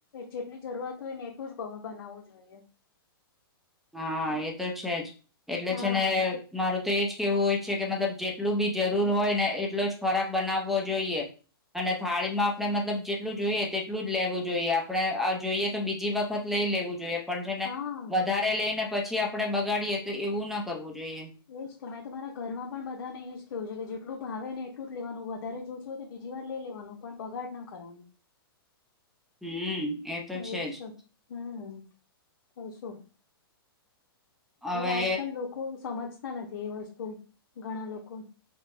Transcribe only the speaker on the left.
જેટલી જરૂરત હોય ને એટલું જ બ બનાવવું જોઈએ.
હા
હા
એજ તો મેં તો તમારા ઘરમાં પણ બધાને એજ કેવું છે કે જેટલું ભાવે ને એટલું લેનું વધારે જોતું હો બીજી વાર લઈ લેવાનું પણ બગાડ ના કરવાનું.
એજ
તો હમ્મ તો શું.
આજકાલ લોકો સમજતા નથી એ વસ્તુ ઘણા લોકો.